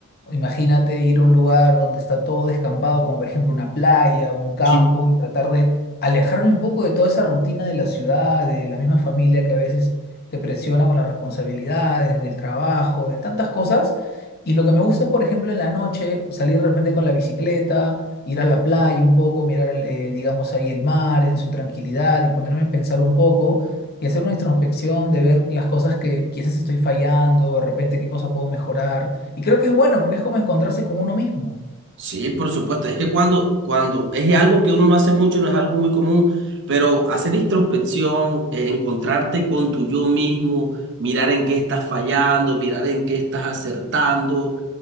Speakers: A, on the left; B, on the right.
A: Imagínate ir a un lugar donde está todo descampado, como por ejemplo una playa, un campo,
B: Sí.
A: y tratar de alejarme un poco de toda esa rutina de la ciudad, de la misma familia que a veces te presiona con las responsabilidades, del trabajo, de tantas cosas. Y lo que me gusta es, por ejemplo, en la noche salir de repente con la bicicleta, ir a la playa un poco, mirar, el, eh, digamos, ahí el mar en su tranquilidad y ponerme a pensar un poco y hacer una introspección de ver las cosas que quizás estoy fallando, de repente qué cosa puedo mejorar y creo que es bueno porque es como encontrarse con uno mismo.
B: Sí, por supuesto. Es que cuando, cuando es algo que uno no hace mucho, no es algo muy común, pero hacer introspección, eh, encontrarte con tu yo mismo, mirar en qué estás fallando, mirar en qué estás acertando